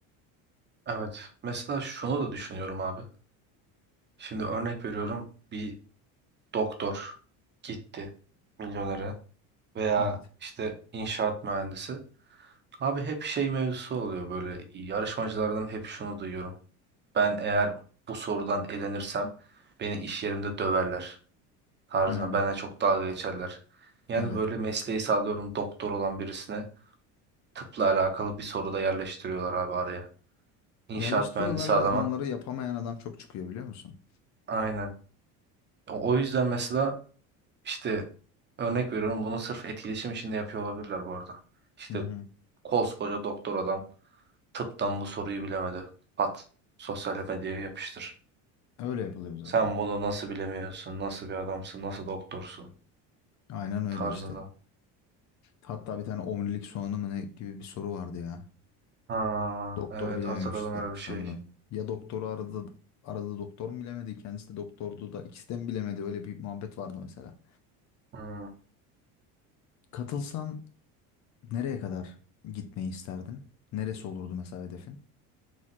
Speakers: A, on the right (about 30°); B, on the left (about 50°).
A: Evet. Mesela şunu da düşünüyorum abi. Şimdi örnek veriyorum. Bir doktor gitti milyonere veya
B: Evet.
A: işte inşaat mühendisi. Abi hep şey mevzusu oluyor böyle yarışmacılardan hep şunu duyuyorum. Ben eğer bu sorudan elenirsem beni iş yerimde döverler tarzına
B: Hı hı.
A: bana çok dalga geçerler. Yani
B: Evet.
A: böyle mesleği sağlıyorum doktor olan birisine tıpla alakalı bir soru da yerleştiriyorlar abi araya. İnşaat
B: Yerleştiriyorlar
A: mühendisi adama.
B: ve onları yapamayan adam çok çıkıyor biliyor musun?
A: Aynen. O o yüzden mesela işte örnek veriyorum bunu sırf etkileşim için de yapıyor olabilirler bu arada. İşte
B: Hı hı.
A: Koskoca doktor adam tıptan bu soruyu bilemedi. At. Sosyal medyaya yapıştır.
B: Öyle yapılıyor zaten.
A: Sen bunu nasıl bilemiyorsun? Nasıl bir adamsın? Nasıl doktorsun?
B: Aynen öyle
A: Tarzında.
B: işte. Hatta bir tane omurilik soğanı mı ne gibi bir soru vardı ya.
A: Ha,
B: Doktor
A: evet
B: bilememişti
A: hatırladım öyle bir
B: sanırım.
A: şey.
B: Ya doktoru aradı aradı doktor mu bilemedi kendisi de doktordu da ikisi de mi bilemedi öyle bir muhabbet vardı mesela.
A: Hmm.
B: Katılsan nereye kadar gitmeyi isterdin? Neresi olurdu mesela hedefin?